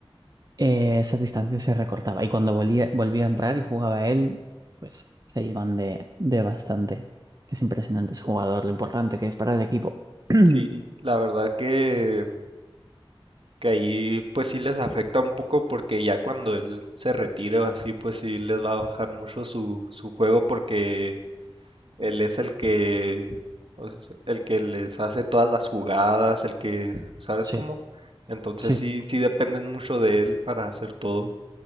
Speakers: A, on the right; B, on the right.
A: eh, esa distancia se recortaba. Y cuando volía- volvía, a entrar y jugaba él, pues se iban de, de bastante. Es impresionante ese jugador, lo importante que es para el equipo. <clears throat> Ujú,
B: Sí, la verdad que, que ahí pues sí les afecta un poco porque ya cuando él se retire o así pues sí les va a bajar mucho su, su juego porque él es el que o sea, el que les hace todas las jugadas, el que, ¿sabes
A: Sí,
B: cómo? Entonces
A: sí,
B: sí, sí dependen mucho de él para hacer todo.